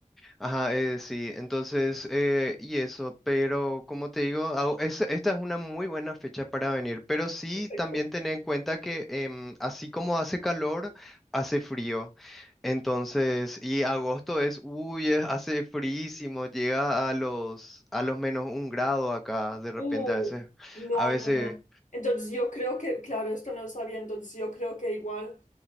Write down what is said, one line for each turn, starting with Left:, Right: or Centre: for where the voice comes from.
Centre: Ajá, eh, sí, entonces, eh, y eso, pero como te digo, au- es- esta es una muy buena fecha para venir, pero sí
Left: Perfecto.
Centre: también tener en cuenta que em, así como hace calor, hace frío. Entonces, y agosto es, uy, es- hace fríísimo, llega a los, a los menos un grado acá, de repente
Left: Uh,
Centre: a veces,
Left: no,
Centre: a veces.
Left: no, no. Entonces yo creo que, claro, esto no lo sabía, entonces yo creo que igual